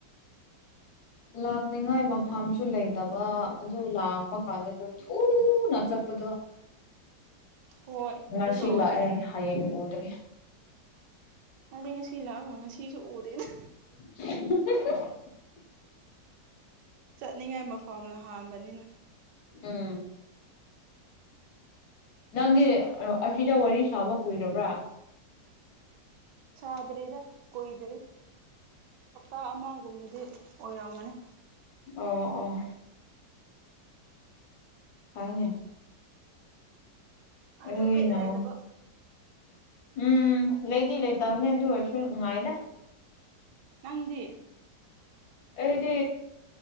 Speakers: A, on the left (about 65°); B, on the right (about 75°).
A: ꯎ ꯂꯥꯛꯅꯤꯡꯉꯥꯏ ꯃꯐꯝꯐꯝꯁꯨ ꯂꯩꯇꯕ ꯑꯗꯨ ꯂꯥꯛꯄ ꯀꯥꯟꯗꯗ ꯊꯨꯅ ꯆꯠꯄꯗꯣ
B: ꯍꯣꯏ
A: ꯉꯁꯤ
B: ꯑꯗꯨ ꯇꯧꯋꯦ
A: ꯂꯥꯛꯑꯦ ꯍꯌꯦꯡ ꯎꯗ꯭ꯔꯦ
B: ꯑꯗꯗꯤ ꯉꯁꯤ ꯂꯥꯛꯑꯒ ꯉꯁꯤꯁꯨ ꯎꯗꯦꯅ
A: <inaudible>
B: ꯆꯠꯅꯤꯡꯉꯥꯏ ꯃꯐꯝꯅ ꯍꯥꯟꯕꯅꯤꯅ
A: ꯎꯝ ꯅꯪꯗꯤ ꯑꯁꯤꯖ ꯋꯥꯔꯤ ꯁꯥꯕ ꯀꯨꯏꯔꯕ꯭ꯔꯥ
B: ꯁꯥꯗ꯭ꯔꯤꯗ ꯀꯣꯏꯗ꯭ꯔꯤ ꯍꯞꯇꯥ ꯑꯃꯒꯨꯝꯕꯗꯤ ꯑꯣꯏꯔꯝꯒꯅꯤ
A: ꯑꯣ ꯑꯣ ꯍꯥꯏꯅꯦ
B: ꯑꯩꯗꯣ
A: ꯑꯩꯅ
B: ꯕꯤꯠ ꯂꯩꯗꯕ
A: ꯎꯝ ꯂꯩꯗꯤ ꯂꯩꯇꯕꯅꯦ ꯑꯗꯨ ꯑꯣꯏꯔꯁꯨ ꯅꯨꯡꯉꯥꯏꯗ
B: ꯅꯪꯗꯤ
A: ꯑꯩꯗꯤ